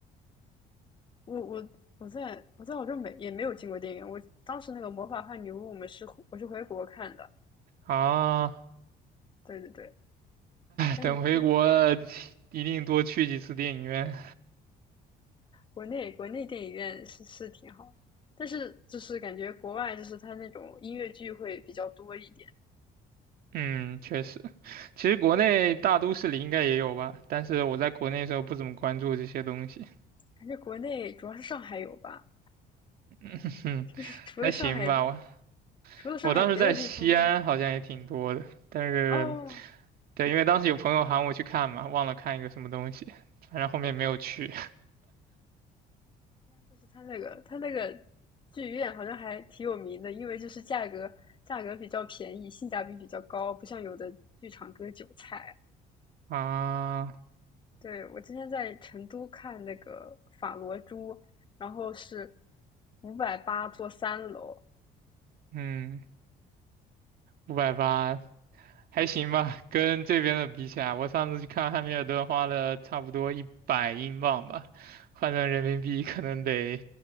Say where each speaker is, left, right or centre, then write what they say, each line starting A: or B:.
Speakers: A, on the left; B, on the right.
A: 我我我在我在我洲没也没有进过电影院，我当时那个《魔法和女巫》我们是我是回国看的，
B: 啊。
A: 对对对，但是这
B: 等回国了一定多去几次电影院。
A: 国内国内电影院是是挺好，但是就是感觉国外就是它那种音乐剧会比较多一点，
B: 嗯，确实，其实国内大都市里应该也有吧，但是我在国内的时候不怎么关注这些东西，
A: 感觉国内主要是上海有吧，
B: <laughs> 哼，
A: 就是除了上海
B: 还行吧。我
A: 除了上海别的地方
B: 我当时在西安好像也挺多的，但是
A: 哦，
B: 对，因为当时有朋友喊我去看嘛，忘了看一个什么东西，反正后面没有去
A: 就是它那个它那个剧院好像还挺有名的，因为就是价格价格比较便宜，性价比比较高，不像有的剧场割韭菜。
B: <laughs> 啊。
A: 对，我之前在成都看那个《法罗珠》，然后是五百八坐三楼，
B: 嗯，五百八还行吧，跟这边的比起来，我上次去看汉密尔顿花了差不多一百英镑吧，换成人民币可能得